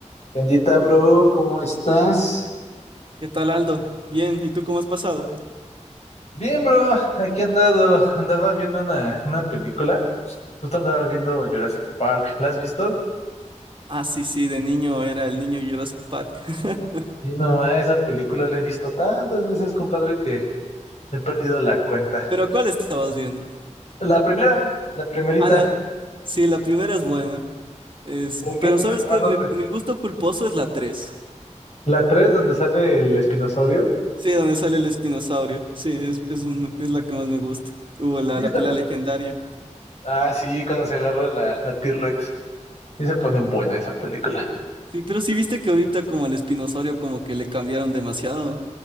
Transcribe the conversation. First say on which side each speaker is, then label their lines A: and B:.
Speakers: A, on the left; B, on the right.
A: ¿Qué ondita, bro? ¿Cómo estás?
B: ¿Qué tal, Aldo? Bien, ¿y tú cómo has pasado?
A: Bien, bro, aquí he andado, andaba viendo una, una película, justo andaba viendo Jurassic Park, ¿la has visto?
B: Ah, sí, sí, de niño era el niño Jurassic Park. <laughs>
A: Sí, no, ma, esa película la he visto tantas veces, compadre, que he perdido la cuenta.
B: ¿Pero cuál estabas viendo?
A: La primera, la primerita,
B: Ah, la... Sí, la primera es buena. Es...
A: la que-
B: Pero
A: la
B: sabes
A: demás
B: que
A: no
B: mi, mi gusto culposo es la 3.
A: La tres, donde sale el espinosaurio,
B: Sí, donde sale el espinosaurio. Sí, es, es, un- es la que más me gusta. Hubo la,
A: sí
B: la
A: está
B: pelea
A: buena.
B: legendaria.
A: Ah, sí, cuando se agarra la, la T-Rex, sí se pone buena esa película.
B: Sí, pero sí viste que ahorita como el espinosaurio como que le cambiaron demasiado